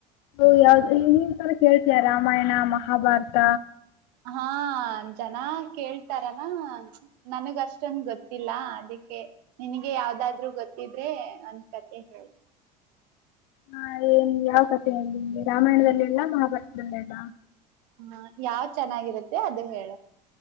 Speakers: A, on the left; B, on the right.
A: ಉ ಯಾವ್ದ ಇನ್ನಿನ್ಸಲ ಕೇಳ್ತೀಯಾ ರಾಮಾಯಣ ಮಹಾಭಾರತ.
B: ಹಾ ಜನ ಕೇಳ್ತಾರ ಹ ನನ್ಗ ಅಷ್ಟೊಂದ್ ಗೊತ್ ಇಲ್ಲಾ ಅದ್ ಅದಿಕ್ಕೆ ನಿನ್ಗೆ ಯಾವ್ದಾದ್ರೂ ಗೊತ್ ತಿದ್ರೆ ಒಂದ್ ಕತೆ ಹೇಳ್.
A: ಹಾ ಏನ್ ಯಾವ್ ಕಥೆ ಹೇಳಿ ನಿಮ್ಗೆ ರಾಮಾಯಣದಲ್ಲಿ ಹೇಳ ಮಹಾಭಾರತದಲ್ ಹೇಳ.
B: ಹ ಯಾವ್ ಚೆನ್ನಾಗಿರುತ್ತೆ. ದೆ ಅದೇ ಹೇಳ.